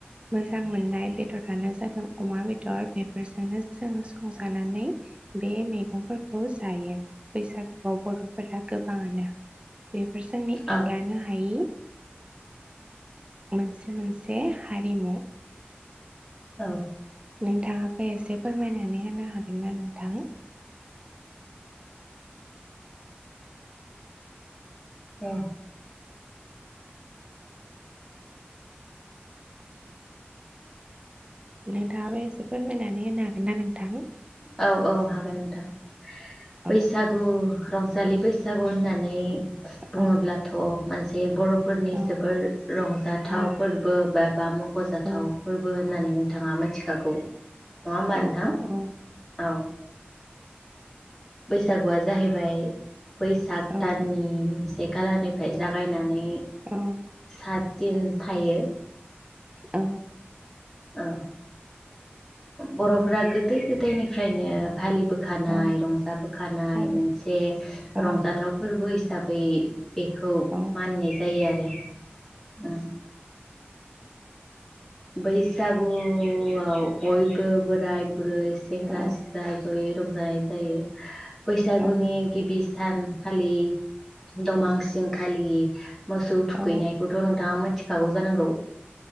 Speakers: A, on the right; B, in the centre.
A: मोजां मोननाय बेदरानो जादों अमा बेदर बेफोरजोंनो जोङो संजानानै बे मैगंफोरखौ जायो बैसाग अ बर'फोरा गोबाङानो बेफोरजोंनो
B: औ
A: एंगारनो हायि मोनसे मोनसे हारिमु
B: औ
A: नोंथाङा ओमफाय एसे फोरमायनानै होनो हागोन ना नोंथां
B: औ
A: नोंथाङाबो‌ एसे एसे फोरमायनानै होनो हागोन ना नोंथां
B: औ औ हागोन नोंथां
A: औ
B: बैसागु रं रंजालि बैसागु होननानै बुङोब्लाथ'
A: औ
B: मोनसे बर'फोरनि
A: औ
B: जोबोर रंजाथाव
A: औ
B: फोरबो बा बा मख'जाथाव
A: औ
B: फोरबो होननानै नोंथाङा मिथिखागौ नङा होमबा
A: औ
B: नोंथां
A: औ
B: औ बैसागुआ जाहैबाय बैसाग
A: औ
B: दाननि से खालारनिफ्राय जागायनानै
A: नोंथां
B: सात दिन थायो
A: औ
B: औ बर'फोरा गोदो गोदायनिफ्रायनो फालिबोखानाय
A: औ
B: रंजाबोखानाय
A: औ
B: मोनसे
A: औ
B: रंजाथाव फोरबो हिसाबै बेखौ
A: औ
B: मानिनाय जायो आरो उम बैसागुआव बयबो बोराय बुरै सेंग्रा
A: औ
B: सिख्ला जयै रंजानाय जायो बैसागुनि
A: औ
B: गिबि सानखालि दमांसिंखालि मोसौ थुखैनायखौथ'
A: औ
B: नोंथाङा मोनथिखागौ जानांगौ